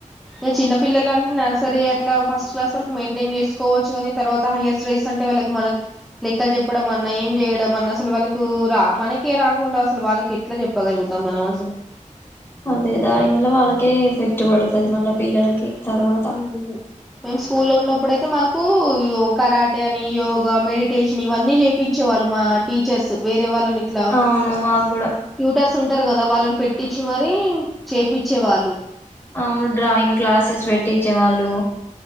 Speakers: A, in the centre; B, on the left (about 20°).
A: ఏ చిన్నపిల్లలు అంటే నర్సరీ ట్లా ఫస్ట్ క్లాస్ వరకు మెయింటైన్ చేసుకోవచ్చు కాని తర్వాత హయర్ స్ట్రైస్ అంటే వాళ్ళ మనకు లెక్కలు చెప్పడం అన్నా ఏం చేయడం అన్నా అసలు వాళ్ రా మనకే రాకుండా అసలు వాళ్ళకి ఎట్లా చెప్పగలుగుతాం మనం అసలు
B: అదే దాని మల్ల వాళ్ళకే ఎఫెక్ట్ పడుతుది మళ్ళ పిల్లలకి తర్వాత
A: హు హు మేము స్కూ స్కూల్లో ఉన్నప్పుడుతే మాకు య కరాటే అని యోగా మెడిటేషన్ ఇవన్నీ చేపించే వాళ్ళు మా టీచర్స్ వేే వాళ్ళని ఇట్లా
B: అవును మాకు కూడా
A: యు టర్స్ ఉంటారు కదా వాళ్ళని పెట్టించి మరి చేపిచ్చేవాళ్ళు
B: ఆవును డ్రాయింగ్ క్లాసస్ పే టీచర్ వాళ్ళు